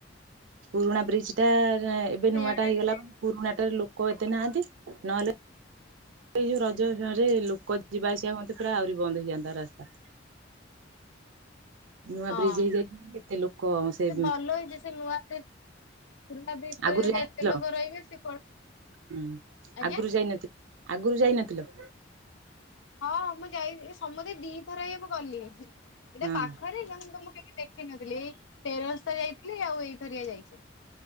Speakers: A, on the right (about 75°); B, on the left (about 75°).
A: ପୁରୁଣା ବ୍ରିଜ୍ ଟା ଏବେ
B: ସେଇଆଡେ
A: ନୂଆ ଟା ହେଇଗଲା
B: ଟିକେ
A: ପୁରୁଣାଟା ରେ ଲୋକ ଏତେ ନାହାନ୍ତି ନହେଲେ ଏଇ ଯୋଉ ରଜ ସମୟରେ ଲୋକ ଯିବା ଆସିବା ହୁଅନ୍ତେ ପୁରା ଆହୁରି ବନ୍ଦ ହେଇଯାନ୍ତା ରାସ୍ତା। ନୂଆ
B: ହଁ
A: ବ୍ରିଜ୍ ହେଇଯାଇଛି କେତେ ଲୋକ ସେ
B: ଭଲ ହେଇଛି ସେ ନୂଆ ବ୍ରିଜ ପୁରୁଣା ବ୍ରିଜ
A: ଆଗୁରୁ
B: ରେ ଯଦି
A: ଯାଇନଥିଲ
B: ଏତେ ଲୋକ
A: ହଁ
B: ରହିବେ ସେ କଣ ଆଜ୍ଞା
A: ଆଗୁରୁ ଯାଇନଥିଲ? ଆଗୁରୁ ଯାଇନଥିଲ?
B: ହଁ ମୁଁ ଯାଇଚି ଏ ସମୁଦାୟୀ ଦିଥର ହେଇ ମୁଁ ଗଲି ଏଇଟା
A: ହଁ
B: ପାଖରେ କିନ୍ତୁ ମୁଁ କେବେ ଦେଖ ଦେଖିନଥିଲି <inaudible> ଯାଇଥିଲି ଆଉ ଏଇଥରିଆ ଯାଇଛି